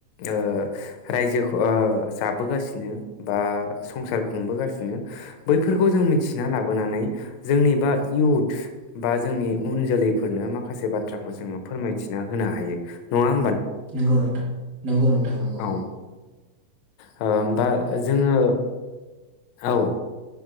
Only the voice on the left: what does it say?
ओ रायजो ओ जाबोगासिनो बा संसार खुंबोगासिनो बैफोरखौ जों मिथिना लाबोनानै जोंनि बा इयुथ बा जोंनि उन जोलैफोरनो माखासे बाथ्राखौ जोङो फोरमायथिना होनो हायो। नङा होम
औ ओ होमबा जोङो औ